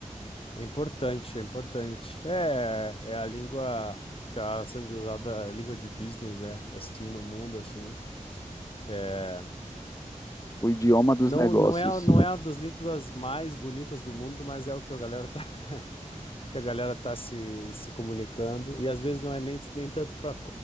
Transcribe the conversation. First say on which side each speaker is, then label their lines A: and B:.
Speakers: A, on the left; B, on the left.
A: É importante, é importante. É, é a língua que está sendo usada, a língua de business, né? Assim, no mundo, assim. É,
B: o idioma dos
A: não,
B: negócios.
A: não é, a- não é a das línguas mais bonitas do mundo, mas é o que a galera tá. <laughs> que a galera tá se, se comunicando. E às vezes não é nem, nem tanto para